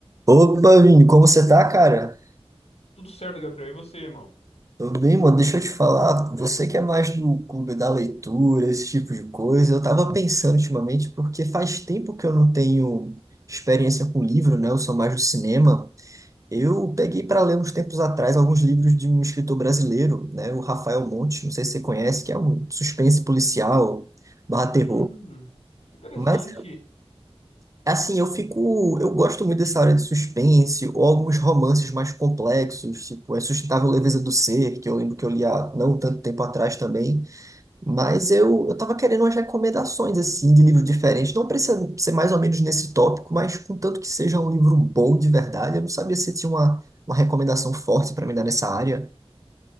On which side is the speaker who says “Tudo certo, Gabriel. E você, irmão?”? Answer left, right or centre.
Left